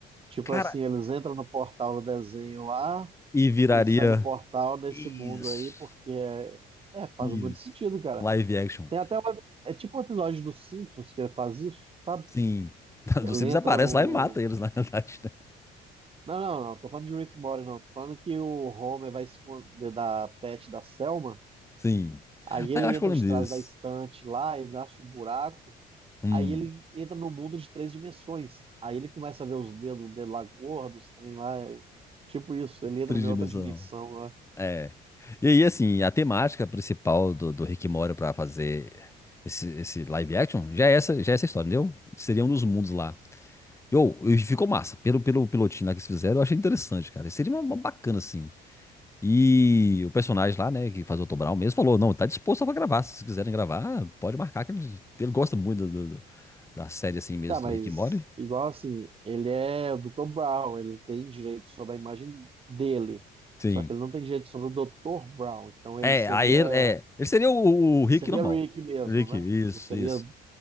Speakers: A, on the right (about 35°); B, on the left (about 15°).
A: Tipo
B: Cara,
A: assim, eles entram no portal do desenho lá
B: e viraria.
A: e saem do portal nesse
B: Isso.
A: mundo aí, porque é, é, faz
B: Isso.
A: muito sentido, cara.
B: Um Live action.
A: Tem até uma, é tipo um episódio dos Simpsons que ele faz isso, sabe?
B: Sim. <laughs>
A: Ele
B: Do Simples
A: entra
B: aparece
A: no.
B: lá e mata eles, na realidade, né?
A: Não, não, não, tô falando de Rick and Morty, não. Tô falando que o Homer vai esconder da pet da Selma.
B: Sim.
A: Aí
B: Ah,
A: ele
B: eu acho
A: entra
B: que eu lembro
A: de trás
B: desse.
A: da estante lá, ele acha um buraco.
B: Hum,
A: Aí ele entra no mundo de três dimensões. Aí ele começa a ver os dedos dele lá gordos, os trem lá. é Tipo isso, ele entra
B: tridimensional.
A: em outra dimensão lá.
B: É. E aí, assim, a temática principal do, do Rick e Morty pra fazer esse, esse live action já é essa, já é essa história, entendeu? Seria um dos mundos lá. Eu, e ficou massa. Pelo, pelo pilotinho lá que eles fizeram, eu achei interessante, cara. Seria uma, uma bacana, assim. E o personagem lá, né, que faz o Otto Brown mesmo, falou: não, tá disposto a gravar. Se vocês quiserem gravar, pode marcar, que ele, ele gosta muito do, do- da série, assim mesmo,
A: Tá, mas
B: do Rick e Morty.
A: igual assim, ele é o Dr. Brown, ele tem direito sobre a imagem dele.
B: Sim.
A: Só que ele não tem direito sobre o Dr. Brown, então ele
B: É,
A: seria
B: aí ele, é, ele seria o, o
A: ele
B: Rick
A: seria
B: normal.
A: Rick mesmo,
B: Rick,
A: né?
B: isso,
A: Não seria,
B: isso.